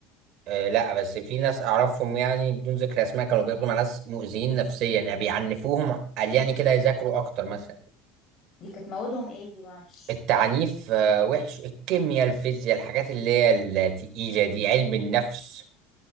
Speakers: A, on the right (about 55°); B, on the left (about 45°).
A: آه لا بس في ناس اعرفهم يعني بدون ذكر اسماء كانوا بياخدوا مع ناس مؤذيين نفسيا يعني بيعنفوهم قال
B: اوف
A: يعني كده يذاكروا اكتر مثلا
B: دي كانت موادهم ايه دي معلش
A: التعنيف آه وحش الكيمياء الفيزياء الحاجات اللي هي التقيلة دي علم النفس